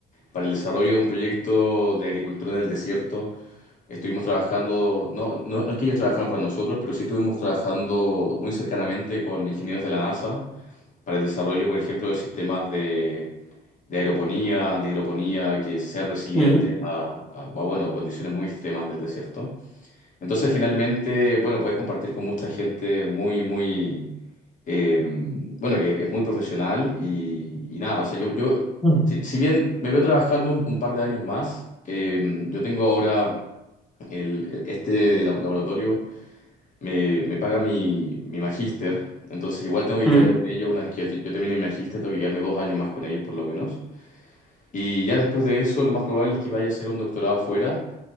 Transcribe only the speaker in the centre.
mm,
mm,
mm,